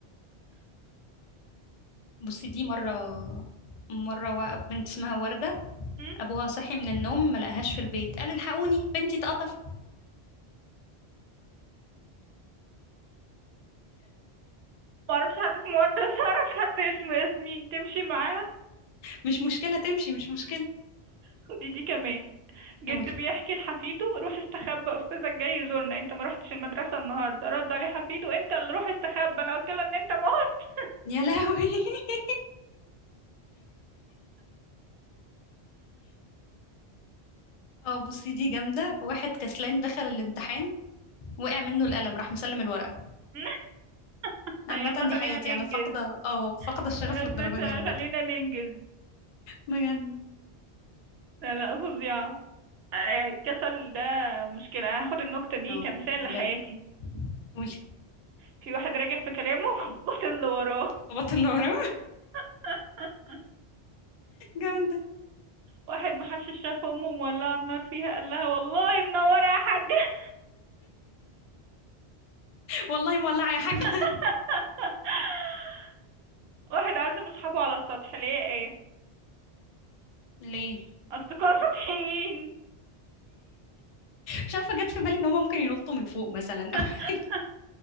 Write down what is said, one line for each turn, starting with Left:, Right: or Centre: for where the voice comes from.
Left: بصي دي مرة مرة و- بنت اسمها وردة
Right: <laughs>
Left: أبوها صحي من النوم ما لقاهاش في البيت قال الحقوني بنتي اتقطفت
Right: معرفش حد اسمه وردة بس أعرف حد اسمه ياسمين تمشي معاها
Left: مش مشكلة تمشي مش مشكلة
Right: خدي دي كمان جد
Left: قولي
Right: بيحكي لحفيده روح استخبى أستاذك جاي يزورنا انت ما رحتش المدرسة النهاردة رد عليه حفيده انت اللي روح استخبى انا قلت له ان انت موت
Left: يا لهوي <laughs> اه بصي دي جامدة واحد كسلان دخل الامتحان وقع منه القلم راح مسلم الورقة
Right: <laughs>
Left: عامة
Right: يلا
Left: دي
Right: خلينا
Left: حياتي
Right: ننجز
Left: انا فاقدة اه فاقدة
Right: <laughs>
Left: الشغف
Right: مش
Left: للدرجة
Right: لسه
Left: دي عامة
Right: خلينا ننجز
Left: بجد
Right: لا لا فظيعة يعني الكسل ده مشكلة أنا هاخد النكتة دي
Left: اه
Right: كمثال
Left: بجد
Right: لحياتي
Left: قولي
Right: في واحد راجع في كلامه <laughs> وبطل اللي وراه
Left: خبط اللي ورا <laughs>
Right: <laughs>
Left: جامدة
Right: واحد محشش شاف أمه مولعة النار فيها قال لها والله منورة يا حاجة
Left: والله مولعة يا حاجة
Right: <laughs> واحد عازم أصحابه على السطح ليه يا آية
Left: <laughs> ليه
Right: أصدقاء سطحيين
Left: مش عارفة جت في بالي ان هما ممكن ينطوا من فوق مثلا
Right: <laughs>
Left: او <laughs>